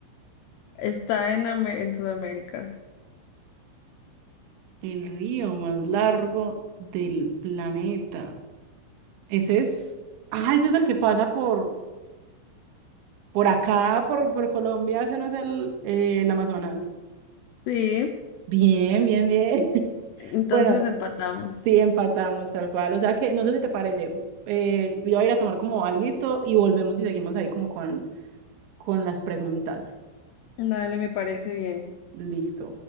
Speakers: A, on the left; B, on the right.
A: Está en, Ame- en Sudamérica.
B: El río más largo del planeta. Ese es. Ah, ese es el que pasa por, por acá, por, por Colombia. Ese no es el, eh, el Amazonas.
A: Sí,
B: Bien, bien, bien. <laughs>
A: entonces
B: Bueno,
A: empatamos.
B: Sí, empatamos tal cual. O sea que, no sé si te parece, eh, yo voy a ir a tomar como alguito y volvemos y seguimos ahí como con, con las preguntas.
A: Dale, me parece bien.
B: Listo.